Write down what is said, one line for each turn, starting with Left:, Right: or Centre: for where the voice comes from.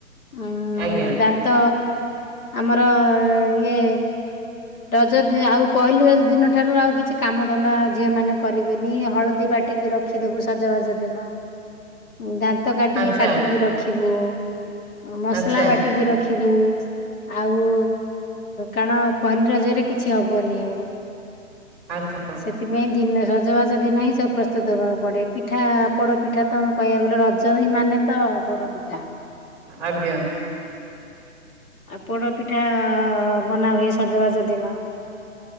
Left: ଉଁ
Centre: ଆଜ୍ଞା।
Left: ଦାନ୍ତ ଆମର ଇଏ ରଜ ଆଉ ପହିଲି ଦିନ ଠାରୁ ଆଉ କିଛି କାମ ଧନ୍ଦା ଝିଅ ମାନେ କରିବେନି ହଳଦୀ ବାଟିକି ରଖିଦବୁ ସଜବାଜ ଦିନ। ଉ ଦାନ୍ତ କାଟି
Centre: ଆଚ୍ଛା
Left: କାଟିକି ରଖିବୁ। ଉ ମସଲା
Centre: ଆଚ୍ଛା
Left: ବାଟିକି ରଖିବୁ। ଆଉ କାରଣ ପହିଲି ରଜରେ କିଛି ହେବନି ଆଉ।
Centre: ଆଚ୍ଛା।
Left: ସେଥିପାଇଁ ଦିନରେ ରଜଭଜ ଦିନ ହିଁ ସବୁ ପ୍ରସ୍ତୁତ ହେବାକୁ ପଡ଼ିବ ପିଠା ପୋଡ଼ ପିଠା ତମୁକୁ କହିବାକୁ ଗଲେ ରଜ ହିଁ ମାନେ ତଳ ପୋଡ ପିଠା।
Centre: ଆଜ୍ଞା।
Left: ଆଉ ପୋଡ଼ ପିଠା ବନାହୁୁଏ ସଜବାଜ ଦିନ।